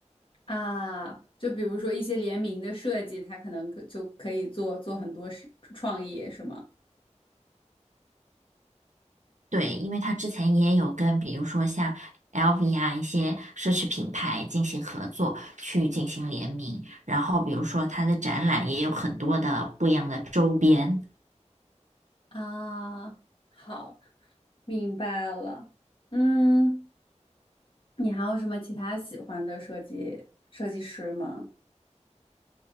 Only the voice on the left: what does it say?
啊，就比如说一些联名的设计，它可能可就可以做做很多是创意，是吗？
啊，好，明白了。嗯，你还有什么其他喜欢的设计设计师吗？